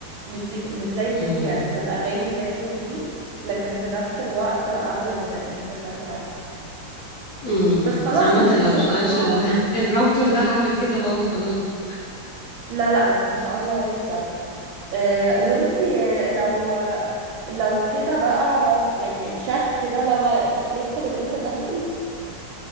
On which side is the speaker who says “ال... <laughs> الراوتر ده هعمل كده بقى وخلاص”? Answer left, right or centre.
Left